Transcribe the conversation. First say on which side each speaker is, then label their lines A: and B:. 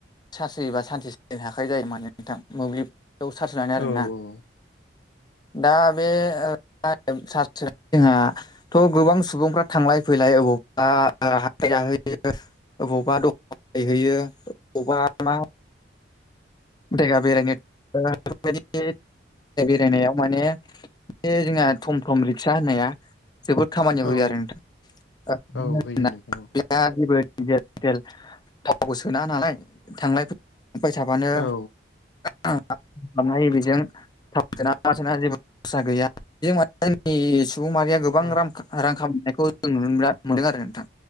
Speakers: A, on the left; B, on the left.
A: सारस होयोबा सानसे साननै थाखायो जायोदों <unintelligible> नोंथां मोब्लिब बेयाव सार्ज होनानै आरोना
B: औ <inaudible>
A: दा बे <unintelligible> जोंहाथ' गोबां सुबुंफ्रा थांलाय फैलाय बबावबा हाथाय जाहोयो अबावबा दं हैयो अवबा मा देखा बेरायनो ओ बेफोरबादि बेरायनायाव माने बे जोंहा थम थम रिक्सा होननाया जोबोद खामानियाव
B: औ
A: होयो आरो नोंथां
B: औ होयो नोंथां औ
A: <unintelligible> गेलेल थावखौ सोना नालाय थांलाय फै फा <unintelligible> थाबानो
B: औ
A: खालामनो हायो बेजों थाव सोनाङा मा सोनाङा जेबो सा गैया <unintelligible> सुबुं माहारिया गोबां
B: औ
A: रां रां खामनायखौ जों नु नुदों आरो नोंथां